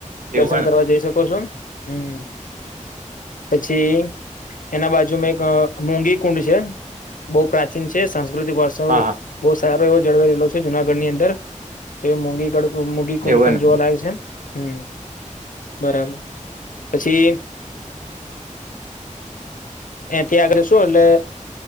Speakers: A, on the left; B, on the right.
A: દર્શન
B: એવું હે ને
A: કરવા જઈ શકો છો હમ પછી એના બાજુમાં એક મોગી કુંડ છે બહુ પ્રાચીન છે સાંસ્કૃતિક વર્ષ
B: હા હા
A: બો સારો એવો જળવાઈ રહેલો છે જુનાગઢની અંદર. મોઘી મુગી કુંડ
B: એવું
A: પણ
B: હેને
A: જોવા લાગે છે. હમ બરાબર. પછી એથી આગળ જશું એટલે